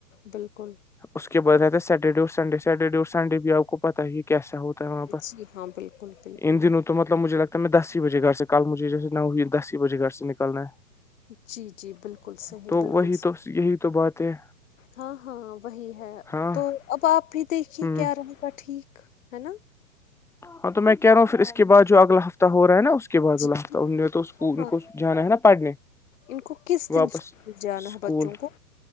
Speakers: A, on the left; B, in the centre.
A: بالکل
B: اس کے بعد رہتا ہے سیٹرڈے اور سنڈے سیٹرڈے اور سنڈے بھی آپ کو پتا ہی کیا سا ہوتا وہاں
A: جی
B: پر
A: ہاں بالکل بالکل
B: ان دنوں تو مطلب مجھے لگتا ہے میں دس ہی بجے گھر سے کل مجھےیسے نوئی دس ہی بجے گھر سے نکلنا ہے
A: جی جی بالکل صحیح
B: تو
A: بالکل
B: وہی تو یہی تو بات ہے
A: ہاں ہاں وہی ہے
B: ہاں
A: تو اب آپ بھی دیکھیے
B: ہ
A: کیا کا ٹھیک ہے نا
B: ہاں تو میں کہہ رہا ہوں پھر اس کےعد جو اگلا ہفہ ہو رہا ہےا اس کے کے بعد
A: جی
B: الف ان نے تو اس
A: ہاں
B: ان کو جانا ہے نا پڑھنے
A: ان کو کس دن
B: واپس
A: اسکول جانا
B: اسکول
A: ہے بچوں کو